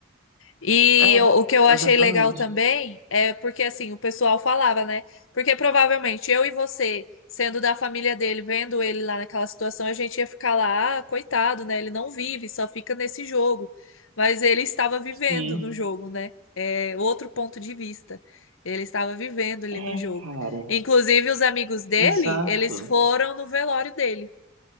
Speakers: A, on the left; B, on the right.
A: E
B: É,
A: eu- o que eu achei
B: exatamente.
A: legal também é porque assim, o pessoal falava, né? Porque provavelmente eu e você, sendo da família dele, vendo ele lá naquela situação, a gente ia ficar lá, ah, coitado, né? Ele não vive, só fica nesse jogo. Mas ele estava vivendo
B: Sim.
A: no jogo, né? É outro ponto de vista. Ele estava vivendo ali
B: É,
A: no jogo.
B: cara.
A: Inclusive, os amigos dele,
B: Exato.
A: eles foram no velório dele.